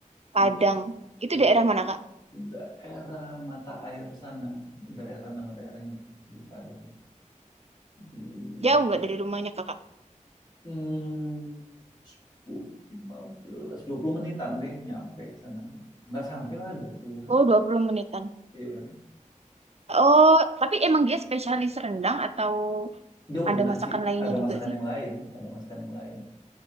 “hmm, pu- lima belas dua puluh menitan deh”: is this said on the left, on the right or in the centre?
Left